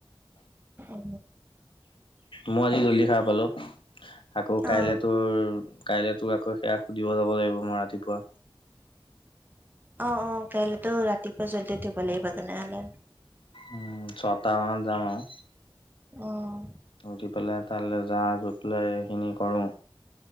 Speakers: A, on the right; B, on the left.
A: অ
B: ম আজি জল্দি খাৰ পালোঁ আকৌ কাইলৈ
A: অ
B: তোৰ কাইলৈ তোৰ আকৌ সেয়া সুধিব যাব লাগিব মই ৰাতিপুৱা
A: অ অ কাইলেতো ৰাতিপুৱা জলদি উঠিব লাগিব তেনেহলে।
B: উম ছটাহ মানত যাম আৰু
A: আহ
B: উঠি পেলাই তালৈ যা গৈ পেলাই এইখিনি কৰোঁ